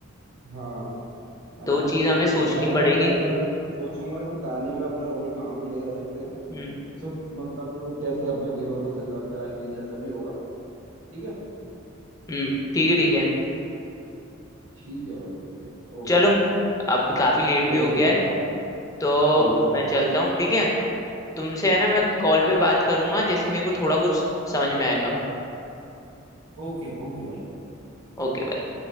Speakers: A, on the right; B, on the left.
A: हाँ है
B: तो
A: ना
B: चीज हमें सोचनी
A: इस बारे में
B: पड़ेगी
A: मैं एक बार सोचूंगा कि तान्या का अपना रोल कहाँ को ले जा सकते हैं
B: हम्म
A: इसको मतलब कैसे अपना हीरो को से लव कराएंगे जैसा भी होगा ठीक है
B: हम्म ठीक है ठीक
A: फिर देख
B: है
A: ठीक है भाई ठीक है ओके
B: चलो
A: डन
B: अब काफी लेट
A: होती
B: भी हो गया
A: है बात
B: है तो
A: चलो चलो
B: मैं चलता हूँ ठीक है तुमसे है ना मैं कॉल पे बात करूंगा जैसे ही मेरे को थोड़ा कुछ समझ में आएगा
A: ओके ओके भाई
B: ओके